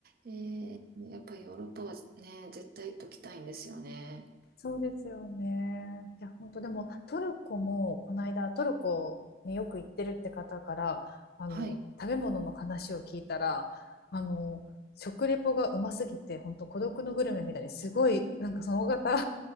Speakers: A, on the right (about 50°); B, on the left (about 55°).
A: えー、やっぱりヨーロッパはね、絶対行っときたいんですよね。
B: そうですよね。いや本当でもトルコもこの間トルコによく行ってるって方からあの食べ物の話を聞いたらあの食レポがうますぎて本当孤独のグルメみたいにすごいなんかその方
A: はい。